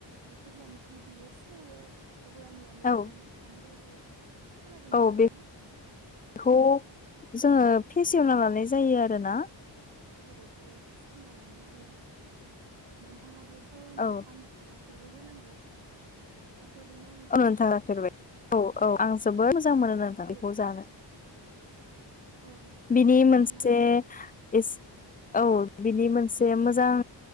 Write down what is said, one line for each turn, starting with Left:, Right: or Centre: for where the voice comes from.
Right: जेब्लानोखि बियो सेवो अब्लानियानो
Left: औ
Right: बेयो ना फाम जायो। खोनादोंना
Left: औ
Right: नोंथां?
Left: बेखौ जोङो फेसेवना लानाय जायो आरोना?
Right: औ औ सोना लानाय जायो नोंथाङाबोथ'
Left: औ
Right: नाफाम जाफेरबाय जानांगौ जाफेरबायना नो
Left: औ नोंथां जाफेरबाय औ औ आं जोबोद मोजां मोनो नोंथां
Right: औ
Left: बेखौ
Right: औ
Left: जानो।
Right: औ नोंथां
Left: बिनि
Right: गोथावना
Left: मोनसे
Right: नोंथां
Left: इस औ बिनि
Right: औ
Left: मोनसे मोजां